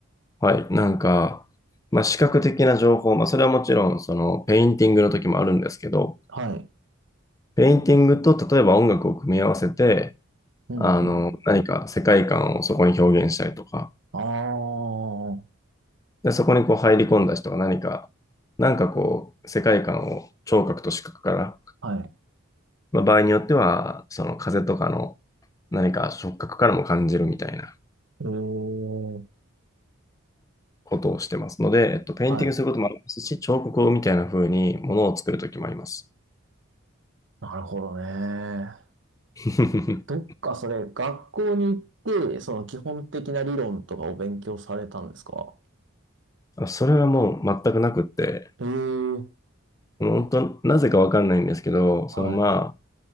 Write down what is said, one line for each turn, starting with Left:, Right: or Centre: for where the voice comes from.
Left: はい。なんか、まあ、視覚的な情報、まあ、それはもちろん、その、ペインティングの時もあるんですけど、
Right: はい。
Left: ペインティングと、例えば音楽を組み合わせて、
Right: うん、
Left: あの、
Right: うん。
Left: 何か世界観をそこに表現したりとか、
Right: ああ。
Left: で、そこにこう入り込んだ人が何か、なんかこう、世界観を聴覚と視覚から、
Right: はい。
Left: まあ、場合によっては、その風とかの何か触覚からも感じるみたいな
Right: ええ。
Left: ことをしてますので、えっと、ペインティングすることもありますし、
Right: はい。
Left: 彫刻みたいな風にものを作る時もあります。
Right: なるほどね。
Left: <laughs>
Right: どっかそれ、学校に行って、その基本的な理論とかを勉強されたんですか
Left: あそれはもう全くなくって、
Right: ええー、
Left: 本当、なぜかわかんないんですけど、そのま
Right: はい、